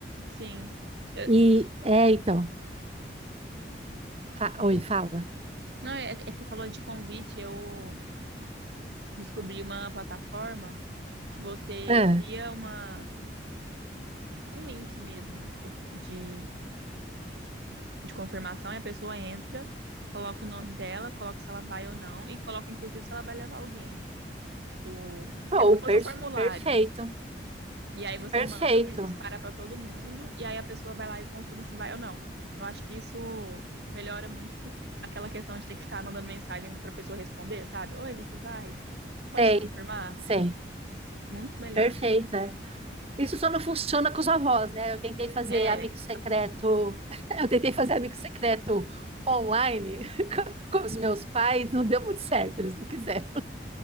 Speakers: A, on the right; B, on the right.
A: sim. Eu-
B: E é, então. Fa- Oi, fala.
A: não, é, é que você falou de convite, eu descobri uma plataforma que você
B: Ah,
A: cria uma um link mesmo de, de, de confirmação e a pessoa entra, coloca o nome dela, coloca se ela vai ou não e coloca inclusive se ela vai levar alguém. Tipo,
B: oh,
A: é como se fosse
B: per-
A: um formulário.
B: perfeito,
A: E aí você
B: perfeito.
A: manda, né, dispara para todo mundo e aí a pessoa vai lá e confirma se vai ou não. Eu acho que isso melhora muito aquela questão de ter que ficar mandando mensagem para pessoa responder, sabe? Oi, você vai? Você pode
B: Sei,
A: me confirmar?
B: sei,
A: Muito melhor.
B: perfeito. é. Isso só não funciona com os avós, né? Eu tentei fazer
A: É,
B: amigo secreto, <laughs> eu tentei fazer amigo secreto online <laughs> com os meus pais, não deu muito certo, eles não quiseram.